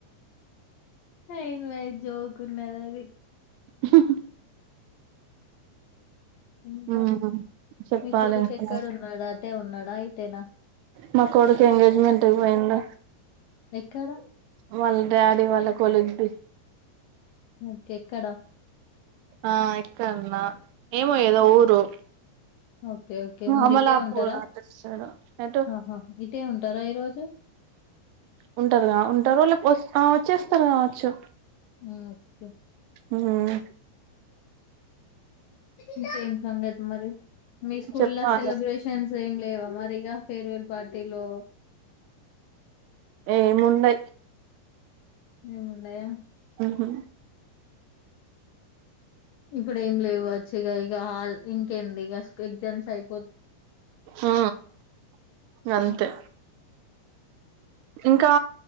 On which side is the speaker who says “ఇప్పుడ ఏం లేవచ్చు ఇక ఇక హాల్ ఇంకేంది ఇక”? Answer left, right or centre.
Left